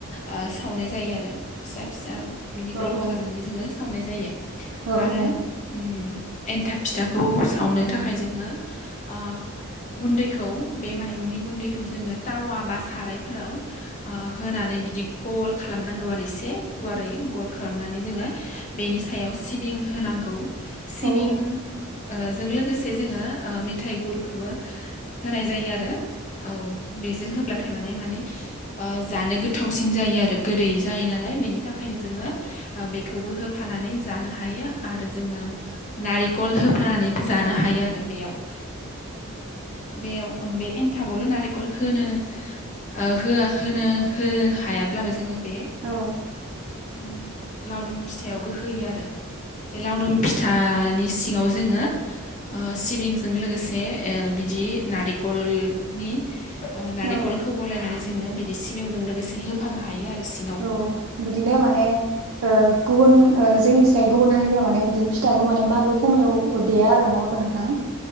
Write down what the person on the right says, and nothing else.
औ
औ
नंगौ
औ
औ
औ।
औ
औ बिदिनो माने ओ गुबुन ओ जोंनि स्राय गुबुन हारिफ्रा माने बिदिनो फिथाखौ माने मागो खमायाव देया आरो नङा होमबा नोंथां?